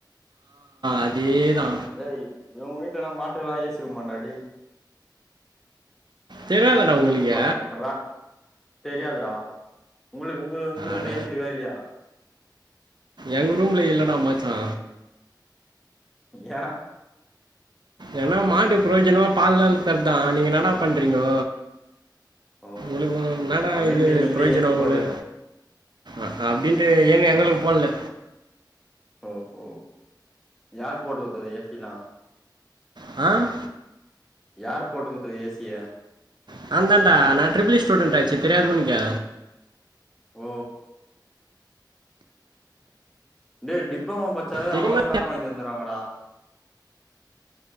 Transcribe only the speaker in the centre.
டேய் இவங்க வீட்லல்லா மாட்டுக்கெல்லா ஏசி ரூமாண்டா டேய்
சூப்பர்ராமச்சா வே தெரியதுறா உங்ளுக் உங்க உங்க ரூம்ல
ஏ சி இருக்கா இல்லியா
யே
ஓ
அப்டின்ட்டு
நீங்களே
ஏ சி போட்டுக்கல
ஓ ஓ யார் போட்டு குடுத்தது ஏசிலா
யார் போட்டு குடுத்தது ஏசிய
ஓ டே டிப்ளமோ படிச்சாவே
அவுங்களே வேல வாங்கி தந்தறாங்கடா